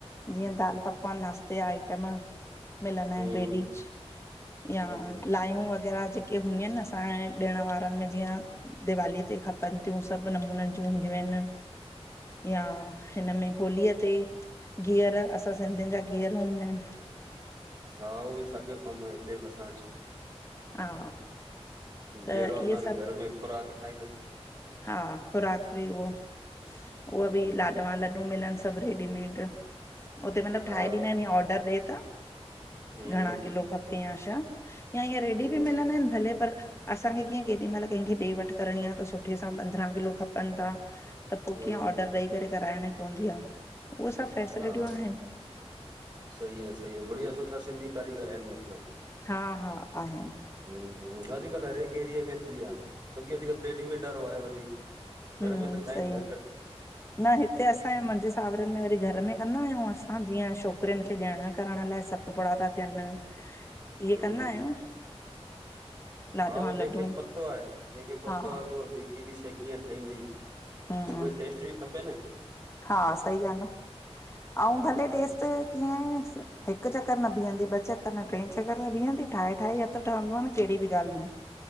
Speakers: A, on the left; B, on the right.
A: जीअं दाल पकवान नास्ते जा आइटम। मिलंदा
B: हम्म
A: एन ट्रेडीज़, या
B: हम्म
A: लायूं वग़ैरा जेके हूंदयूं एन न असांजे ॾिण वारन में जीअं दिवालीअ ते खपन त्यूं, सभु नमूनन जूं हूंदयूं एन। यां, हिनमें होलीअ ते। घीअर असां सिंधियुन जा घीअर हूंदा एन।
B: हा, उहोई साॻयो कम आ, हिते बि असां वट।
A: हा
B: घीअर
A: त
B: हूंदा
A: इहे
B: अन,
A: सभु
B: घर में खुराक ठाईन।
A: हा, खुराक बि उहो, उहो
B: हम्म
A: बि लाॾवां लॾूं मिलन। सभ रेडीमेट, उते मतलब
B: हा
A: ठाहे ॾींदा एन, या ऑर्डर ॾे त।
B: हम्म
A: घणा किलो खपे यां छा यां ईअं रेडी
B: हम्म
A: बि मिलंदा आहिनि भले पर असांखे कीअं केॾी महिल कंहिंखे ॾे वठि करणी आ त सुठे सां पंद्रहं किलो खपनि था त पो
B: हम्म
A: कीअं ऑडर ॾेई करे कराइणी पवंदी आ उहो सभु फैसिलिटियूं
B: हा
A: आहिनि।
B: सही आ, सही आ, बढ़िया सुठा सिंधी कारीगर आहिनि म
A: हा हा आहिनि,
B: हूं हूं अॼुकल्ह हर हिकु एरिए में थी विया आहिनि छोकी अॼुकल्ह पेडी मेंड वारो आहे वधीक घर
A: हूं
B: में त ठाहिनि
A: सही आ
B: <inaudible>
A: न हिते असांजे मुंहिंजे साावरनि में वरी घर में कंदा आहियूं असां जीअं छोकिरियुनि खे ॾियण करण लाइ स तपुड़ा था थियन
B: <inaudible>
A: इहे
B: हम्म
A: कंदा आहियूं लाॾवा
B: हा उहो जंहिंखे
A: लॾूं
B: पतो आहे, जंहिंखे पतो
A: हा
B: आहे को बि की भी शइ कीअं ठहींदी छो
A: हम्म
B: भई टेस्ट बि खपे न
A: हा सही ॻाल्ह
B: हा
A: आ, अंऊँ भले टेस्ट कीअं हिकु चक्कर न बीहंदी ॿ चक्कर न ट्रें चक्कर में बीहंदी। ठाहे ठाहे ई हथ त हूंदो आ न कहिड़ी बि ॻाल्हि में,